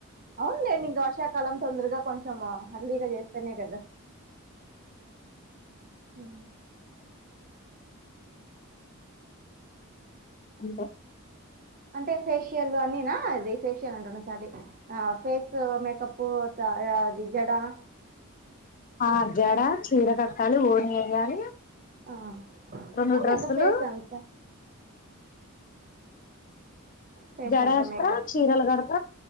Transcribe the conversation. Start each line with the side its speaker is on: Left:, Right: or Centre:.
Right: అవునులేండి ఇంకా వర్షాకాలం తొందరగా కొంచెం అర్లిగా చేస్తేనే కదా అ
Left: అంతే
Right: అంటే ఫ్రెష్ యల్ అన్ని ఫేషియల్ అన్ని అంట ఫేస్ మేకప్ ఆ అది జడ త్త
Left: ఆ జడ చీర కట్టాలి ఓని వేయాలి
Right: ఆ అవునులే
Left: రెండు డ్రెస్సులు
Right: ఇంకా ఫేస్ అంత ఫేస్
Left: జడ
Right: అంతా
Left: ఎస్త
Right: మేకప్
Left: చీరలు గడత